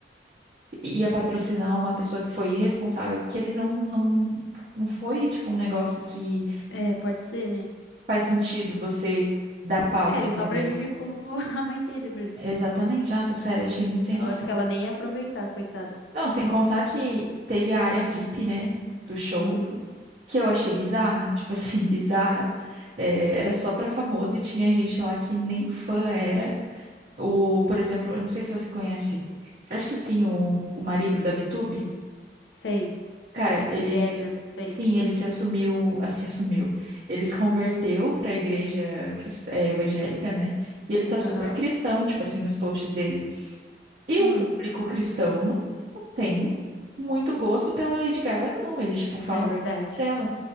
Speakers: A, on the right (about 45°); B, on the left (about 85°).
A: ia patrocinar uma pessoa que foi irresponsável, porque ele não, não, não foi, tipo, um negócio que
B: É, pode ser, né?
A: faz sentido você dar palco,
B: É, ele
A: entendeu?
B: só prejudicou <laughs> a mãe dele mesmo.
A: Exatamente. Nossa, sério, achei muito sem
B: Negócio
A: noção.
B: que ela nem ia aproveitar, coitado.
A: Não, sem contar que teve a área VIP, né, do show,
B: Hum,
A: que eu achei bizarra. Tipo assim, <laughs> bizarra. É, era só pra famoso e tinha gente lá que nem fã era. O, por exemplo, eu não sei se você conhece, acho que sim, o, o marido da Vitube
B: sei.
A: Cara, ele,
B: Eliezer, sei.
A: sim, ele se assumiu, ah, se assumiu. Ele se converteu para a igreja crist- eh, evangélica, né? E ele tá super
B: Aham.
A: cristão, tipo assim, nos posts dele. E
B: Hum,
A: o público cristão não tem muito gosto pela Lady Gaga, não. Eles, tipo, falam
B: é verdade.
A: muito mal dela.